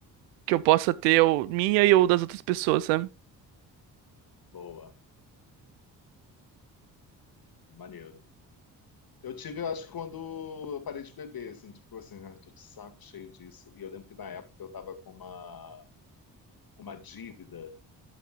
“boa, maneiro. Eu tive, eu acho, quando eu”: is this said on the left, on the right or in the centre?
Left